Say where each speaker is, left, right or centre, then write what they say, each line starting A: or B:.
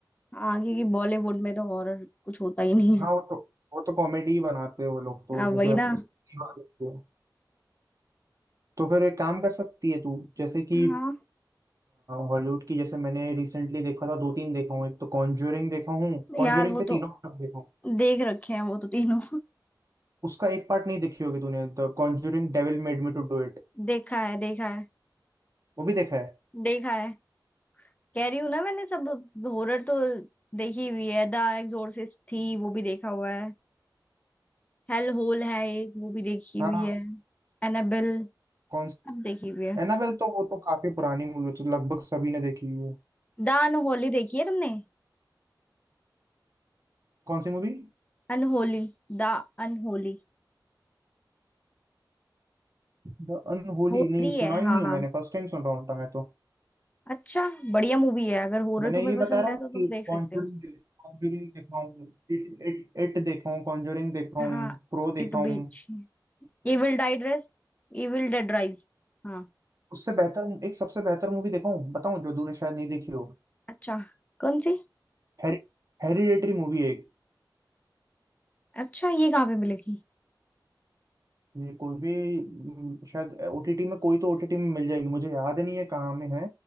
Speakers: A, on the left (about 20°); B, on the right (about 45°).
A: हाँ क्योंकि बॉलीवुड में तो हॉरर कुछ होता ही नहीं है
B: हाँ वो तो वो तो कॉमेडी ही बनाते हैं वो लोग तो
A: हाँ वही
B: जैसे अपने
A: ना
B: Steve Harvey। के। तो फिर एक काम कर सकती है तू जैसे कि
A: हाँ
B: हॉलीवुड की जैसे मैंने रिसेंटली देखा था दो तीन देखा हूँ एक तो कॉन्ज्यूरिंग देखा हूँ कॉन्ज्यूरिंग
A: यार वो
B: के
A: तो
B: तीनों पार्ट देखा हूँ
A: देख रखे हैं वो तो तीनों
B: उसका एक पार्ट नहीं देखी होगी तूने the conjuring devil made me to do it
A: <laughs> देखा है देखा है
B: वो भी देखा है
A: देखा है कह रही हूँ ना मैंने सब हॉरर तो देखी हुई है द एग्जोर्सिस्ट थी वो भी देखा हुआ है हेल होल है एक वो भी देखी
B: हाँ
A: हुई है एनाबेल
B: कौन
A: सब देखी हुई है
B: एनाबेल तो वो तो काफी पुरानी मूवी तो लगभग सभी ने देखी हुई है
A: द अनहोली देखी है तुमने
B: कौन सी मूवी
A: Unholy the unholy
B: द अनहोली
A: हॉरर
B: नहीं
A: ही
B: सुना
A: है
B: ही
A: हाँ
B: नहीं
A: हाँ
B: हूँ मैंने फर्स्ट टाइम सुन रहा हूँ मैं तो
A: अच्छा बढ़िया मूवी है अगर हॉरर
B: मैंने
A: तुम्हें
B: ये बता
A: पसंद
B: रहा
A: है
B: हूँ
A: तो तुम
B: कि
A: देख
B: कॉन्जरिंग
A: सकते हो
B: कॉन्जरिंग देखा हूँ इट इट इट देखा हूँ कॉन्जरिंग देखा हूँ
A: हाँ
B: प्रो
A: इट
B: देखा
A: भी
B: हूँ
A: अच्छी है Evil dead rise evil dead rise हाँ
B: उससे बेहतर एक सबसे बेहतर मूवी देखा हूँ बताऊँ जो तूने शायद नहीं देखी हो
A: अच्छा कौन सी
B: हेरि हेरिडेटरी मूवी है एक
A: अच्छा ये कहाँ पे मिलेगी
B: ये कोई भी म, शायद ओटीटी में कोई तो ओटीटी में मिल जाएगी मुझे याद नहीं है कहाँ में है